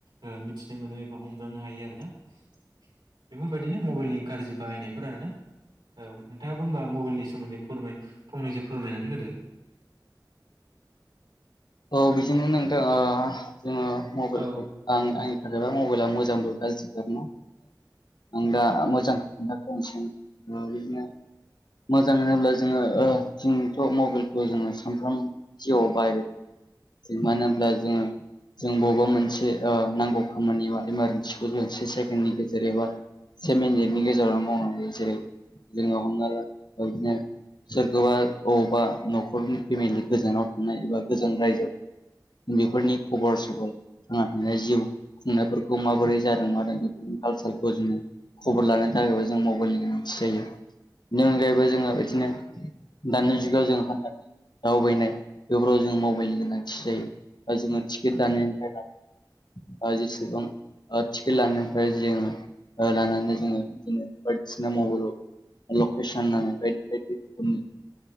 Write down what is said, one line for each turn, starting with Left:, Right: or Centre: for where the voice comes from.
Right: ओ मिथिनो मोनो एबा हमदांनो हायो आरोना बेफोरबायदिनो मबाइलनि गाज्रि बाहायनायफोर आरोना औ नोंथाङाबो होनबा मबाइलनि सोमोन्दै फोरमाय फंनैसो फोरमायनानै होदो।
Left: औ बिदिनो नोंथां ओ जोङो मबाइलखौ
Right: औ
Left: आं आंनि थाखायबा मबाइला मोजांबो गाज्रिबो आं दा मोजांखौ खोनथाग्रोनोसै बिदिनो मोजां होनब्ला जोङो ओ जोङोथ' मबाइलखौ जोङो सानफ्राम जिउवाव बाहाय मानो होनोमब्ला जोङो जों बबेबा मोनसे ओ नांगौ खामानि बा इमारजेन्सि गोजसे सेकेणडनि गेजेर एबा से मिनिटनि गेजेरावनो मावनानै जेरै जोंङो हमना ला बिदिनो सोरखौबा अबावबा न'खरनि फेमिलि गोजानाव थानाया एबा गोजान रायजोआव बेफोरनि खबर सबर थांना थानायानाय जिउ खुंनायफोरखौ माबोरै जादों मादों बेफोर कालसारखौ जोङो खबर लालायनो थाखायबो जों मबाइलनि गोनांथि जायो बेनि अनगायैबो जोङो बिदिनो दानि जुगाव जों हान दावबायनाय बेफोराव जों मबाइलनि गोनांथि जायो बा जोङो टिकेट दानायफ्राव आ जेसेबां ओ टिकेट लानायनिफ्राय जोङो ओ लानानै जोङो बिदिनो बायदिसिना मबाइलाव लकेसन नायनाय बायदि बायदिखौनो